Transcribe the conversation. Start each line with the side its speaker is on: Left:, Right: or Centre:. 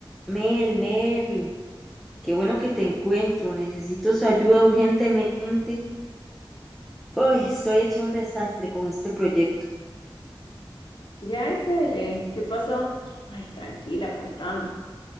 Centre: Mel, Mel, qué bueno que te encuentro. Necesito su ayuda urgentemente. Ay, estoy hecha un desastre con este proyecto.
Left: Ya, Isabel, ¿qué pasó? Ay, tranquila, contame.